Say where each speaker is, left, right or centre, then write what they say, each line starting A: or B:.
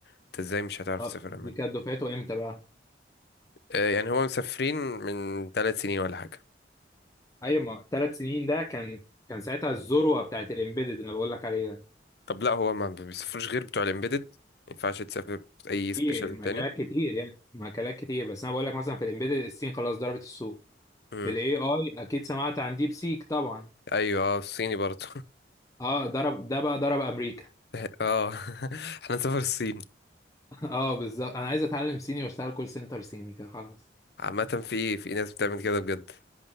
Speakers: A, on the left (about 60°); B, on the left (about 20°).
A: انت ازاي مش هتعرف
B: آه،
A: تسافر
B: دي
A: المانيا
B: كانت دفعته امتى بقى؟
A: آه، يعني هو مسافرين من ثلاث سنين ولا حاجه
B: ايوه ما ثلاث سنين ده كان كان ساعتها الذروة بتاعت الامبيدد اللي بقول لك عليها
A: طب لا هو ما بيسافروش غير بتوع الامبيدد ما ينفعش تسافر اي سبيشال
B: في مجالات
A: تاني
B: كتير يعني مجالات كتير بس انا بقول لك مثلا في الامبيدد الصين خلاص ضربت السوق
A: امم
B: في الاي اي اكيد سمعت عن ديب سيك طبعا
A: ايوه اه الصيني برضه
B: اه ضرب ده بقى ضرب امريكا
A: <laughs> اه <laughs> احنا نسافر الصين
B: <laughs> اه بالظبط انا عايز اتعلم صيني واشتغل كول سنتر صيني كده خلاص
A: عامه في في ناس بتعمل كده بجد